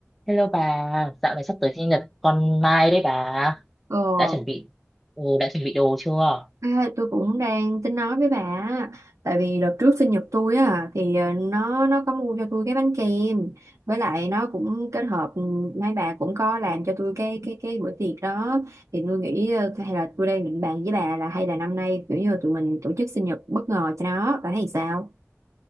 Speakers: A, in the centre; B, on the right.
A: Hello bà, dạo này sắp tới sinh nhật con Mai đấy bà.
B: Ờ,
A: Đã chuẩn bị, ừ, đã chuẩn bị đồ chưa?
B: à, tôi cũng đang tính nói với bà á. tại vì đợt trước sinh nhật tôi á thì ờ, nó nó có mua cho tôi cái bánh kem với lại nó cũng kết hợp ừ, mấy bà cũng có làm cho tôi cái cái cái bữa tiệc đó thì tôi nghĩ ờ, hay là tôi đang định bàn với bà là hay là năm nay kiểu như là tụi mình tổ chức sinh nhật bất ngờ cho nó bà thấy sao?